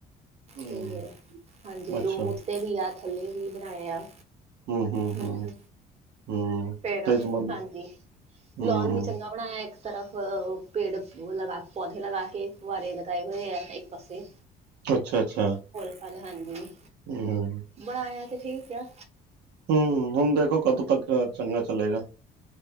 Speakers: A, on the right; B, on the right.
A: ਹੂੰ
B: ਤ ਹਾਂਜੀ
A: ਅੱਛਾ
B: ਰੂਮ ਉੱਤੇ ਵੀ ਆ, ਥੱਲੇ ਵੀ ਬਣਾਏ ਆ।
A: ਹੂੰ-ਹੂੰ-ਹੂੰ,
B: ਹਮ
A: ਹੂੰ।
B: ਫੇਰ
A: ਤੇਜ ਮਨ
B: ਹਾਂਜੀ,
A: ਹੂੰ
B: ਲੋਨ ਵੀ ਚੰਗਾ ਬਣਾਇਆ ਏਕ ਤਰਫ ਪੇੜ ਲਗਾ, ਪੌਦੇੇ ਲਗਾ ਕੇ, ਫੁਆਰੇ ਲਗਾਏ ਹੋਏ ਐ ਏਕ ਪਾਸੇ
A: ਅੱਛਾ- ਅੱਛਾ।
B: ਫੁੱਲ-ਫਲ ਹਾਂਜੀ।
A: ਹੂੰ।
B: ਬਣਾਇਆ ਤੇ ਠੀਕ ਐ।
A: ਹੂੰ, ਹੁਣ ਦੇਖੋ ਕਦੋਂ ਤੱਕ ਚੰਗਾ ਚਲੇਗਾ।